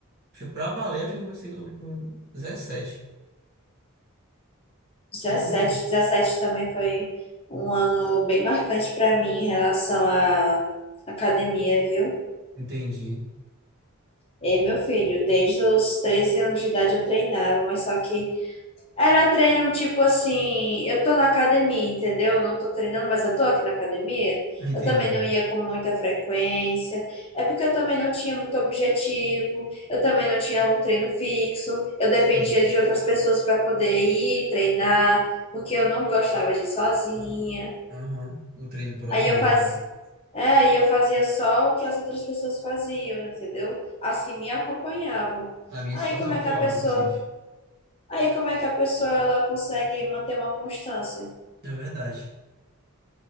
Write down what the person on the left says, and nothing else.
17,
17 também foi um ano bem marcante para mim em relação à academia, viu?
E meu filho, desde os 13 anos de idade eu treinava, mas só que era treino tipo assim, eu tô na academia, entendeu? Eu não tô treinando, mas eu tô aqui na academia.
Eu também não ia com muita frequência. É porque eu também não tinha muito objetivo. Eu também não tinha um treino fixo. Eu dependia
de outras pessoas para poder ir treinar, porque eu não gostava de ir sozinha.
Aí
eu faz...
é, aí eu fazia só o que as outras pessoas faziam, entendeu? As que me acompanhavam.
Aí
como é
que a pessoa
Aí como é que a pessoa ela consegue manter uma constância?